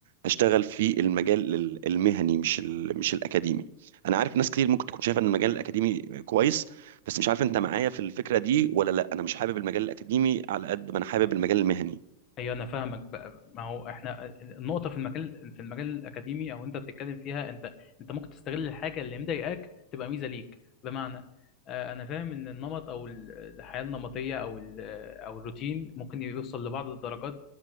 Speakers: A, on the right; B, on the left.
A: اشتغل في المجال ال- المهني مش ال... مش الاكاديمي انا عارف ناس كتير ممكن تكون شايفه ان المجال الاكاديمي كويس بس مش عارف انت معايا في الفكره دي ولا لا انا مش حابب المجال الاكاديمي على قد ما انا حابب المجال المهني
B: ايوه انا فاهمك بقى ما هو احنا النقطه في المجال في المجال الاكاديمي او انت بتتكلم فيها انت انت ممكن تستغل الحاجه اللي مضايقاك تبقى ميزه ليك بمعنى آه، انا فاهم ان النمط او ال- الحياه النمطيه او ال- او الروتين ممكن يوصل لبعض الدرجات